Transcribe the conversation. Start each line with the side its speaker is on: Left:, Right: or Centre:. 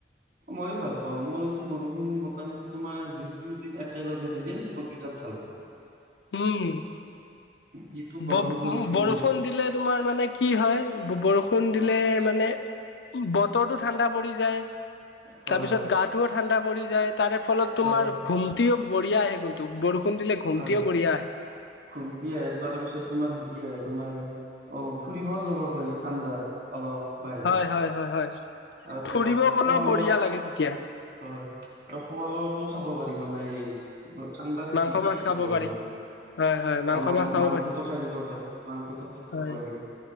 Right: মইো ভাল পাও মইতো বৰষুণ মোটামুটি তোমাৰ দুই তিনিদিন একেলগে দিলে মই বিৰাট ভাল পাওঁ।
Left: উম,
Right: যিটো গৰম
Left: ব-বৰষূণ
Right: পৰিছে
Left: দিলে তোমাৰ মানে কি হয় ব-বৰষুণ দিলে মানে বতৰটো ঠাণ্ডা পৰি যায়
Right: হয়
Left: তাৰপিছত গাটোও ঠাণ্ডা পৰি যায় তাৰে ফলত
Right: হয়
Left: তোমাৰ ঘুমটিও বঢ়িয়া আহে কিন্তু বৰষুণ দিলে ঘুমটিও
Right: হয়
Left: বঢ়িয়া আহে।
Right: ঘুমটি আহে তাৰপিছত তোমাৰ হেৰি আহে তোমাৰ অ, ফুৰিব যাব পাৰি ঠাণ্ডাত অলপ। বাহিৰত
Left: হয় হয় হয় হয়
Right: আৰু
Left: ফুৰিব
Right: তোমাৰ
Left: গলেও
Right: খোৱা
Left: বঢ়িয়া
Right: লোৱা
Left: লাগে তেতিয়া।
Right: হয় আৰু শোৱালোৱাটো খাব পাৰি মানে ঠাণ্ডাত
Left: মাংস
Right: যি টি
Left: মাছ
Right: খাই দিব
Left: খাব
Right: পাৰিম।
Left: পাৰি
Right: অ,
Left: হয় হয় মাংস
Right: মা
Left: মাছ খাব
Right: মাংসটো
Left: পাৰি
Right: খাই দিব পাৰি মাংসটো খাই দিব
Left: হয়
Right: পাৰি